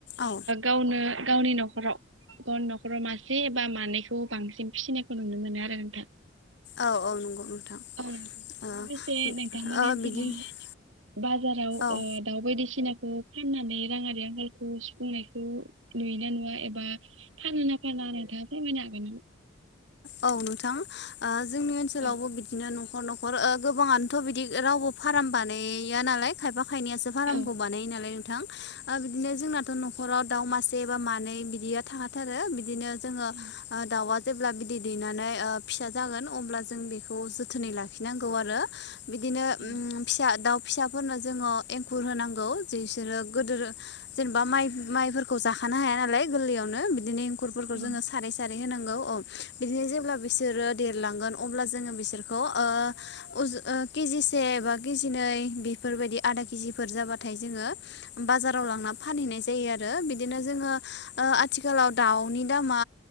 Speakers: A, on the left (about 60°); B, on the right (about 85°).
A: औ
B: गावनो गावनि न'खर न'खराव न'खराव मासे एबा मानैखौ बांसिन फिसिनायखौ नुनो मोनो आरो नोंथां
A: औ औ नंगौ। नोंथां
B: औ
A: ओ
B: दसे नोंथांमोनि
A: ओ
B: ओनसोलाव
A: बिदिनो
B: बाजाराव
A: औ
B: ओ दाउ बायदिसिनाखौ फाननानै राङारि आंखालखौ सुफुंनायखौ नुयोना नुवा एबा फानोना फाना नोंथांआ फोरमायनो हागोन
A: औ नोंथां जोंनि ओनसोलावबो
B: औ
A: बिदिनो न' खर न'खर गोबाङानोथ' बिदि रावबो फाराम बानाया नालाय खायफा खायनैयासो फारामखौ
B: औ
A: बानायो नालाय नोंथां बिदिनो जोंनाथ' न'खराव दाउ मासे बा मानै बिदिया थाखा थारो बिदिनो जोङो
B: औ
A: दाउआ जेब्ला बिदै दैनानै फिसा जागोन अब्ला जों बेखौ जोथोनै लाखिनांगौ आरो। बिदिनो
B: औ
A: फिसा दाउ फिसाफोरनो जोङो एंखुर होनांगौ जे बिसोरो गोदोर जेनेबा माइ माइफोरखौ जाखां नो हाया नालाय गोरलैयावनो बिदिनो एंखुरफोरखौ
B: औ
A: जोङो सारै सारै होनांगौ औ बिदिनो जेब्ला बिसोरोे देर लांगोन अल्बा जों बिसोरखौ ओ केजि से बा केजि नै बेफोरबायदि आधा केजिफोर जाबाथाय जोङो बाजाराव लांनानै फानहैनाय जायो आरो। बिदिनो जोङो आथिखालाव दाउनि दामा